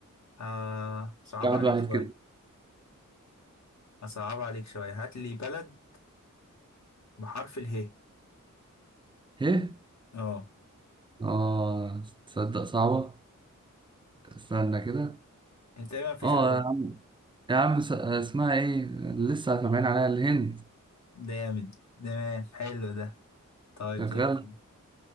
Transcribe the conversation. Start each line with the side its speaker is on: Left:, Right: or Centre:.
Left: آه صعب
Right: واحد
Left: عليك
Right: واحد
Left: شوية
Right: كده
Left: اصعب عليك شوية هات لي بلد بحرف اله
Right: ايه
Left: اه
Right: اه تصدق صعبة استنى كده
Left: انت ما فيش
Right: اه
Left: غير ده
Right: يا عم يا عم س- اسمها ايه لسه سامعين عليها الهند
Left: جامد تمام حلو ده طيب
Right: شغال
Left: زي الفل